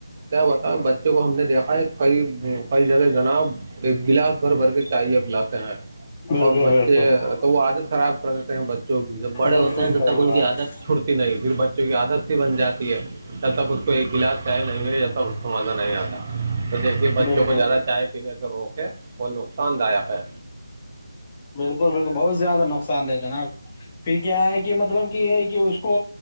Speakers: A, on the right; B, on the left.
A: کیا بتا بچوں کو ہم نے دیکھا ہے کئی کئی جگہ جناب ایک گلاس بھر بھر کے چاہییاب لاتے ہیں
B: بالکل
A: اور بچے
B: بالکل
A: تو وہ عادت خراب پڑتے ہیں بچوں کی جب بڑے
B: بالکل
A: ہوتے ہیں تب
B: صحیح
A: تک ان
B: بات
A: کی عادت چھوٹتی نہیں پھر بچوں کی عادت بن جاتی ہے تب تک اس کو ایک گلاس چائے نہیں مللی جاتا اس کو مزہ نہیں آتا تو جیسے بچوں
B: بالکل
A: کو زیادہ چائے پینے سے روکیں اور نقصان دایک ہے
B: بالکل بالکل بہت زیادہ نقصان دے جناب پھر کیا ہے کہ مطلب کہ ہے کہ اس کو